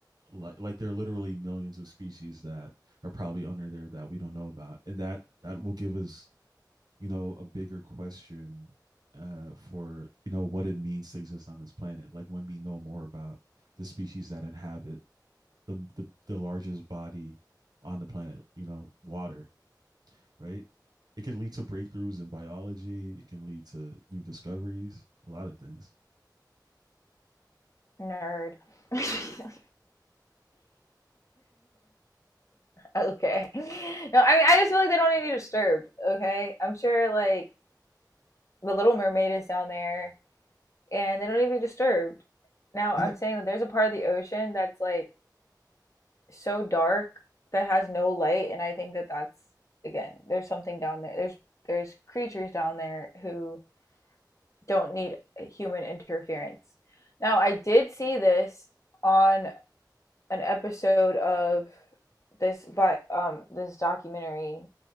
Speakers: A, on the right; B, on the left.
A: like like there are literally millions of species that are probably under there that we don't know about, and that that will give us you know a bigger question uh, for you know what it means to exist on this planet. Like when we know more about the species that inhabit the the, the largest body on the planet, you know, water, right? It can lead to breakthroughs in biology. It can lead to new discoveries. A lot of things.
B: nerd. <laughs> like, okay. No, I mean, I just feel like they don't need to be disturbed. Okay. I'm sure like the Little Mermaid is down there and they don't need to be disturbed. Now,
A: Yeah.
B: I'm saying that there's a part of the ocean that's like so dark that has no light. And I think that that's, again, there's something down there. There's, there's creatures down there who don't need human interference. Now, I did see this on an episode of this by um this documentary